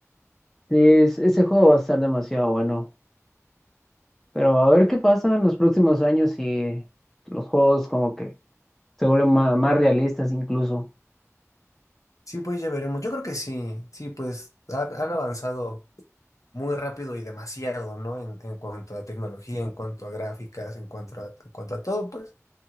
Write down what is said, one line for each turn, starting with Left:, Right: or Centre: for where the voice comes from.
Centre: Sí, es- ese juego va a estar demasiado bueno. Pero a ver qué pasa en los próximos años si los juegos como que se vuelven ma- más, realistas incluso.
Left: Sí, pues ya veremos. Yo creo que sí, sí, pues han, han avanzado muy rápido y demasiado, ¿no? En, en cuanto a tecnología, en cuanto a gráficas, en cuanto a, en cuanto a todo, pues.